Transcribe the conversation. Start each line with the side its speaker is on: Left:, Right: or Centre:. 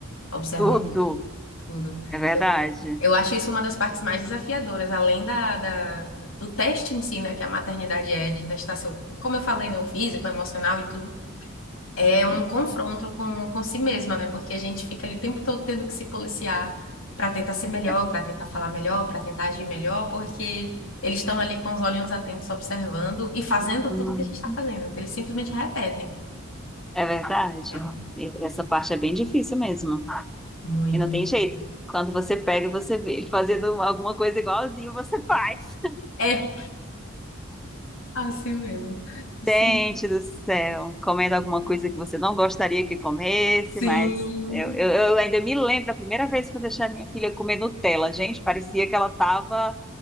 Left: Observam
Centre: Tudo.
Left: tudo.
Centre: É verdade.
Left: Eu, eu acho isso uma das partes mais desafiadoras, além da, da- do teste em si, né, que a maternidade é, de testar seu, como eu falei, meu físico, emocional e tudo. é
Centre: Uhum.
Left: um confronto com, com si mesma, né? Porque a gente fica ali o tempo todo tendo que se policiar para tentar ser melhor,
Centre: É,
Left: para tentar falar melhor, para tentar agir melhor, porque eles estão ali com os olhinhos atentos observando e fazendo
Centre: hum,
Left: tudo que a gente está fazendo. Então, eles simplesmente repetem.
Centre: é verdade.
Left: Repetem
Centre: E Essa parte é bem difícil mesmo.
Left: muito.
Centre: E não tem jeito. Quando você pega, e você vê ele fazendo alguma coisa igualzinho, você faz.
Left: É assim mesmo. Assim.
Centre: Gente do céu, comendo alguma coisa que você não gostaria que comesse,
Left: Sim.
Centre: mas eu, eu- eu ainda me lembro a primeira vez que eu deixei a minha filha comer Nutella, gente, parecia que ela estava